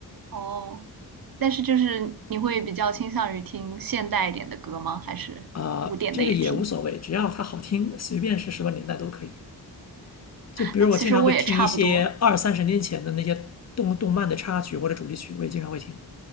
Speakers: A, on the right; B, on the left.
A: 哦，但是就是你会比较倾向于听现代一点的歌吗？还是古典的也听？
B: 啊，呃这个也无所谓，只要它好听，随便是什么年代都可以。就比如我经常会听一些二三十年前的那些动动漫的插曲或者主题曲，
A: 哎，其实我也差不多
B: 我也经常会听。